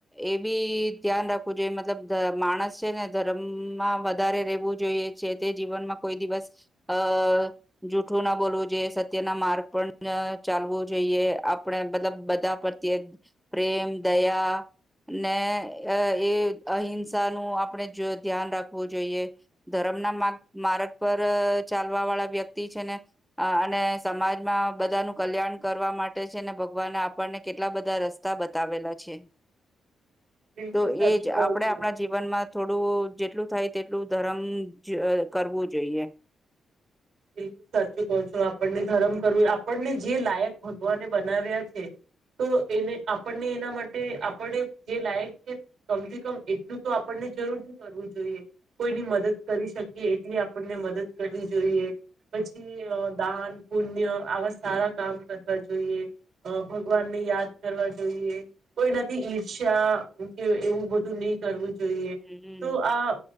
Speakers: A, in the centre; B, on the right.
A: એ બી ધ્યાન રાખવું જોઈએ મતલબ માણસ છે ને ધર્મમાં વધારે રહેવું જોઈએ છે જેથી જીવનમાં કોઈ દિવસ અ જૂઠું ના બોલવું જોઈએ સત્ય ના માર્ગ પણ ચાલવો જોઈએ આપણે મતલબ બધા પ્રત્યે પ્રેમ દયા ને એ અહિંસાનું આપણે ધ્યાન રાખવું જોઈએ ધર્મના માર્ગ માર્ગ પર ચાલવા વાળા વ્યક્તિ છે ને અને સમાજમાં બધાનું કલ્યાણ કરવા માટે છે ને ભગવાને આપણને કેટલા બધા રસ્તા બતાવેલા છે.
B: બિલકુલ
A: તો
B: સાચું
A: એ જ
B: કહો
A: આપણે
B: છો.
A: આપણા જીવનમાં થોડું જેટલું થાય તેટલું ધર્મ જીએ કરવું જોઈએ.
B: બિલકુલ સાચું કહો છો. આપણને ધરમ કરવું આપણને જે લાયક ભગવાને બનાવ્યા છે તો એને આપણને એના માટે આપડે જે લાયક છે કમથી કમ એટલું તો આપણને જરૂરથી કરવું જોઈએ કોઈની મદદ કરી શકીએ એટલી આપણને મદદ કરવી જોઈએ. પછી અહ દાન પુણ્ય આવા સારા કામ કરવા જોઈએ. અહ ભગવાનને યાદ કરવા જોઈએ કોઈ નાથી ઈર્ષ્યા કે એવું બધું નહી કરવું જોઈએ.
A: હમ
B: તો આ